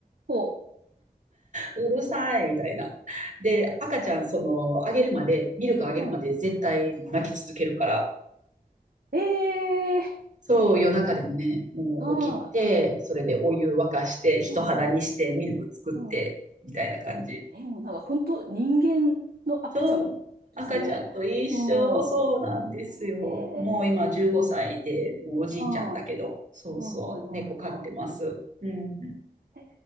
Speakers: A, on the right (about 75°); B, on the right (about 50°).
A: ほ
B: うるさいみたいな。で、赤ちゃん、その、あげるまで、ミルクあげるまで絶対泣き続けるから、
A: う。うん。えー、
B: そう、夜中でもね、もう起きて、
A: は
B: それでお湯沸かして、人肌にして、
A: い。はいはい。
B: ミルク作って、
A: うん。
B: みたいな感じ。
A: え、もうなんか本当人間の赤ちゃんですね。
B: そう、赤ちゃんと一緒、
A: うん。
B: そうなんですよ。
A: えー、
B: もう今15歳で、もうおじいちゃんだけど、
A: は
B: そうそう、
A: い。はいはいはいは
B: 猫飼ってます。うん、
A: い。え